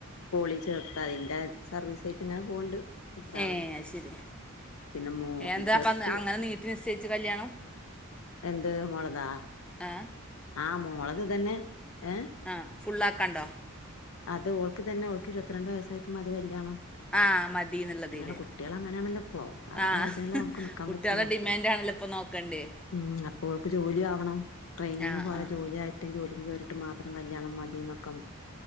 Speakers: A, on the left; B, in the centre.
A: പോളി ചേർത്ത അയിന്റെ സർവീസറ്റ് ഇങ്ങനെ പോണ്ട്. മൂപ്പരാള്
B: ഏഹ് അഹ് ശരി
A: പിന്നെ മോ
B: ഏഹ് എന്താപ്പ
A: ചെറുത്
B: അങ്ങനെ നീട്ടി നിസ്സയിച്ച് കല്യാണം.
A: എന്ത് മൊളതാ
B: ആ
A: ആഹ് മോളത് ഇത് തന്നെ ഏഹ്
B: ആഹ് ഫുള്ളക്കാണ്ടോ.
A: അത് ഓൾക്ക് തന്നെ അവൾക്ക് ഇരുപത്തി രണ്ട് വയസ്സായിട്ട് മതി കല്യാണം.
B: ആഹ് മതിന്ന്ള്ളതില്
A: അങ്ങനെയുള്ള കുട്ടികൾ അങ്ങനെയാണല്ലോ ഇപ്പോ അവരെ
B: ആഹ്
A: ഇതിനല്ലേ നമുക്ക് നിക്കാൻ
B: കുട്ടിളെ
A: പറ്റുള്ളൂ
B: ഡിമാൻഡണല്ലോ
A: ഇപ്പോ
B: ഇപ്പ നോ ക്കണ്ടെ.
A: ഉം അപ്പോ ഓൾക്ക് ജോലി ആവണം ട്രെയിനിങ്ങ്
B: ആ
A: പോര
B: ആ
A: ജോലിയ ട്ടി ജോലി കേറിട്ട് മാത്രം കല്യാണം മതിന്നൊക്കം.